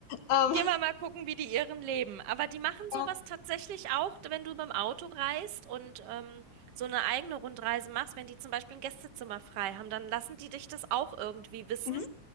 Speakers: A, on the left; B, on the right.
A: Ähm,
B: Gehen wir mal gucken, wie die Iren leben. Aber die machen
A: ja.
B: sowas tatsächlich auch, wenn du beim Auto reist und ähm, so eine eigene Rundreise machst, wenn die zum Beispiel ein Gästezimmer frei haben, dann lassen die dich das auch irgendwie wissen.
A: Mhm.